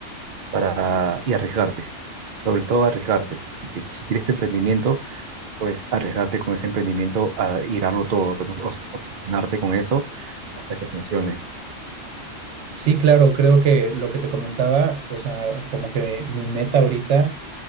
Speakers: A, on the right (about 55°); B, on the right (about 70°).
A: para, y arriesgarte, sobre todo arriesgarte. Si, te- si quieres tu emprendimiento, pues arriesgarte con ese emprendimiento a ir a darlo todo, pues, obs- obsesionarte con eso hasta que funcione.
B: Sí, claro, creo que lo que te comentaba, o sea, como que mi meta ahorita